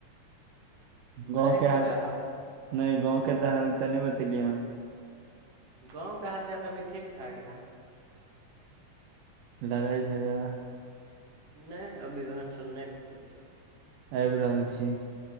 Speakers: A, on the right; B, on the right.
A: गाँंव
B: राखि
A: के हाल
B: देबै आब
A: नहि गाँंव के तऽ हाल तऽ नहि बतेलियै अहा
B: गाँव के हालचाल अभी ठीक ठाक यऽ
A: लड़ाइ झगड़ा
B: नहि अभी ओहनस नहि कुछु
A: आबि रहल छी